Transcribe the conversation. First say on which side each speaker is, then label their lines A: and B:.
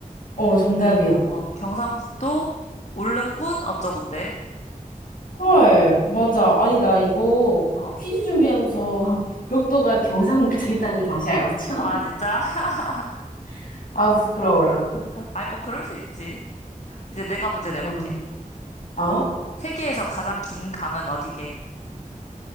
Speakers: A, on the left; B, on the left.
A: 어, 정답이야.
B: 어, 경상북도, 울릉군, 어쩌군데.
A: 헐, 맞아. 아니, 나 이거
B: 어.
A: 퀴즈 준비하면서 <laughs> 벽도가 경상북도에 있다는 걸 다시 알았잖아.
B: 아, 진짜? <laughs>
A: <laughs> 아, 부끄러워라.
B: 아니, 뭐, 그럴 수 있지. 이제 내가 문제 내볼게.
A: 응. 아?
B: 세계에서 가장 긴 강은 어디게?